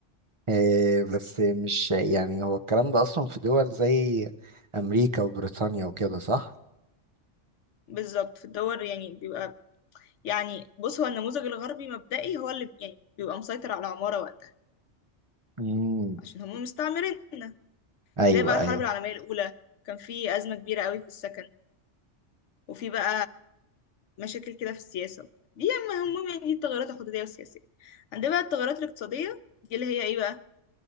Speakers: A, on the right; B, on the left.
A: آه، بس مش يعني هو الكلام ده أصلا في دول زي أمريكا وبريطانيا وكده صح؟
B: بالظبط في الدول يعني بيبقى يعني بص هو النموذج الغربي مبدئي هو اللي يعني بيبقى مسيطر على العمارة وقتها
A: مم.
B: عشان هم مستعمريننا
A: أيوه
B: زي بقى الحرب
A: أيوه
B: العالمية الأولى كان في أزمة كبيرة قوي في السكن وفي بقى مشاكل كده في السياسة وبتاع. دي أما هم يعني دي التغيرات الحدودية والسياسية عندنا بقى التغيرات الاقتصادية دي اللي هي إيه بقى